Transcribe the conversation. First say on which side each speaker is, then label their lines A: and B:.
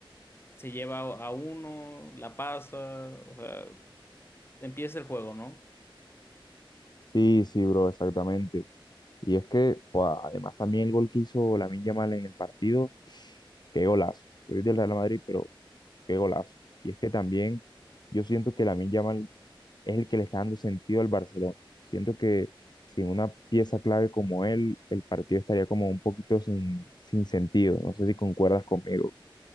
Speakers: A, on the left (about 25°); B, on the left (about 50°).
A: se lleva a a uno, la pasa, o sea, empieza el juego, ¿no?
B: Sí, sí, bro, exactamente. Y es que, buah, además también el gol que hizo Lamine Yamal en el partido, <sniffs> qué golazo. Soy del Real Madrid, pero qué golazo. Y es que también yo siento que Lamine Yamal es el que le está dando sentido al Barcelona. Siento que sin una pieza clave como él, el partido estaría como un poquito sin, sin sentido. No sé si concuerdas conmigo.